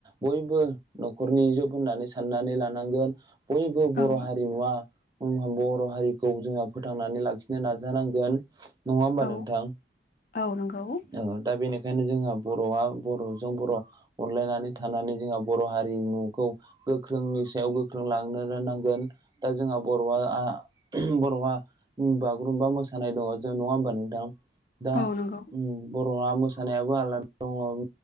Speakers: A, on the right (about 20°); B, on the left (about 45°).
A: बयबो न'खरनि जुग होननानै साननानै लानांगोहोन बयबो
B: औ
A: बर' हारिमुआ उम बर' हारिखौ जोंहा फोथांनानै लाखिनो नाजानांगोन नङा होमबा
B: औ
A: नोंथां
B: औ नंगौ
A: ओ दा बेनिखायनो जोंहा बर'आ बर'जों बर' अनलायनानै थानानै जोंहा बर' हारिमुखौ गोख्रोंनि सायाव गोख्रों लाना थांनो रोंनांगोन दा जोंहा बर'आ आं उम बर'आ उम बागुरुम्बा मोसानाय दङ जों नङा होमबा नोंथां दा
B: औ नंगौ
A: उम बर'आ मोसानायाबो आलादा दं उम